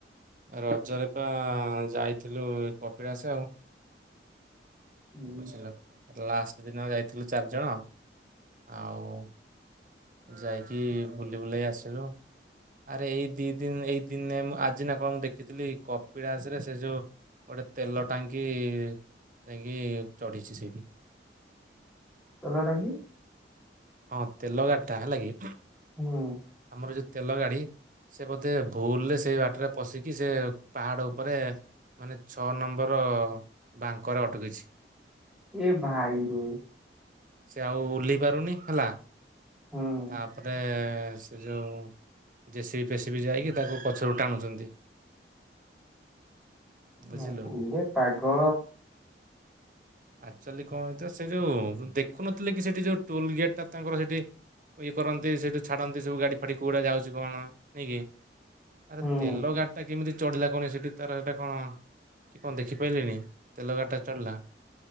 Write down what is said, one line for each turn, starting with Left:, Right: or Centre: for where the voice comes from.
Right: ରଜରେ ପା ଯାଇଥିଲୁ କପିଳାସ ଆଉ।
Centre: ହୁଁ।
Right: ବୁଝିଲ? ଲାଷ୍ଟ ଦିନ ଯାଇଥିଲୁ ଚାରିଜଣ। ଆଉ ଯାଇକି ବୁଲି ବୁଲାଇ ଆସିଲୁ। ଆରେ ଏଇ ଦି ଦିନ ଏଇ ଦିନେ ମୁଁ ଆଜି ନା କଣ ମୁଁ ଦେଖିଥିଲି, କପିଳାସ ରେ ସେ ଯୋଉ ଗୋଟେ ତେଲ ଟାଙ୍କି ଯାଇକି ଚଢିଛି ସେଇଠି।
Centre: ତେଲ ଟାଙ୍କି
Right: ହଁ ତେଲ ଗାଡିଟା ହେଲା କିି।
Centre: ହଁ।
Right: ଆମର ଯୋଉ ତେଲ ଗାଡି ସେ ବୋଧେ ଭୁଲରେ ସେଇ ବାଟରେ ପଶିକି ସେ ପାହାଡ ଉପରେ। ମାନେ ଛଅ ନମ୍ବର୍ ବାଙ୍କରେ ଅଟକିଛି।
Centre: ଏ ଭାଇ ରେ।
Right: ସେ ଆଉ ଓହ୍ଲେଇ ପାରୁନି ହେଲା।
Centre: ହୁଁ
Right: ତାପରେ ସେ ଯୋଉ ଜେସିବି ଫେସିବିି ଯାଇକି ତାକୁ ପଛରୁ ଟାଣୁଚନ୍ତି।
Centre: ହଁ
Right: ବୁଝିଲୁ
Centre: ଉଡେ ପାଗଳ
Right: ଆକ୍ଚୁଲି କଣ ହେଇଥିଲା ସେ ଯୋଉ ଦେଖୁନଥିଲେ କି ସେଠି ଯୋଉ ଟୋଲ ଗେଟ୍ ଟା ତାଙ୍କର ସେଠି ଇଏ କରନ୍ତି ସେଇଠୁ ଛାରନ୍ତି ସବୁ ଗାଡି ଫାଡି କୋଉଡା ଯାଉଛି କଣ ନାଇଁ କି। ଆରେ
Centre: ହୁଁ।
Right: ତେଲ ଗାଡିଟା କେମିତି ଚଢିଲା କଣ ସେଠି ତାର ସେଟା କଣ କି କଣ ଦେଖି ପାଇଲେଣିି ତେଲ ଗାଡଟା ଚଢିଲା?